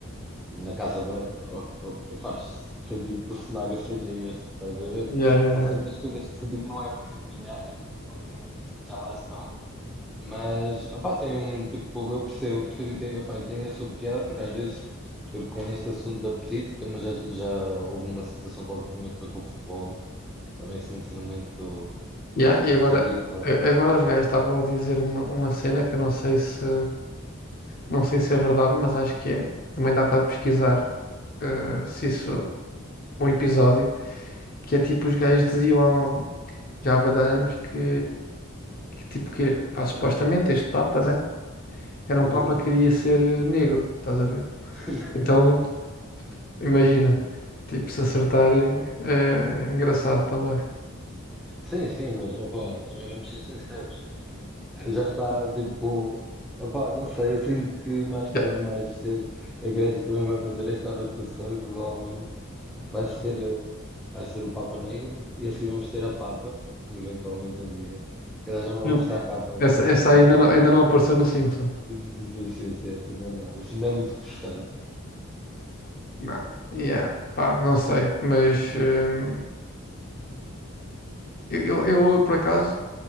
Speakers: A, in the centre; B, on the left.
A: na Casa Branca, o que- o que- faz sentido que o cenário seja este, estás a ver?
B: Yeah, yeah,
A: Há certas
B: yeah.
A: coisas que se tipo, não é bem adivinhar, eu tipo, ok, já lá estão. Mas, opá, tem, tipo, eu percebo, eu percebo e tem, opá, e tem a sua piada, porque às vezes eu peguei neste assunto da política, mas já, já houve uma situação qualquer também que foi com o futebol, também assim, uma cena muito,
B: Yeah,
A: pá, muito
B: e agora,
A: ridícula.
B: a- agora os gajos estavam a dizer uma, uma cena que eu não sei se. Não sei se é verdade, mas acho que é. Também dá para pesquisar eh, se isso, um episódio, que é tipo os gajos diziam há, já há bué de anos que, que tipo que pá, supostamente este Papa, né? Era
A: Uhum.
B: um Papa que queria ser eh, negro, estás a ver?
A: <laughs>
B: Então imagina, tipo, se acertarem eh, é engraçado também.
A: Sim, sim, mas, opá, também vamos ser sinceros. Já está tipo. Epá, não sei, eu sinto que mais tarde
B: Yeah.
A: ou mais cedo a Igreja também vai fazer esta adaptação e provavelmente vai ser, eh, vai ser o Papa Negro e assim vamos ter a Papa, um, eventualmente um dia. Se calhar já não
B: Eu-
A: vamos estar cá para,
B: Essa,
A: para
B: essa
A: assistir
B: aí
A: aí.
B: ainda não, ainda não apareceu no Simpson.
A: Sim, sim, sim, sim, ainda não. Isso ainda é muito refrescado.
B: Não. Yeah, pá, não sei, mas hum, eu, eu, eu, por acaso.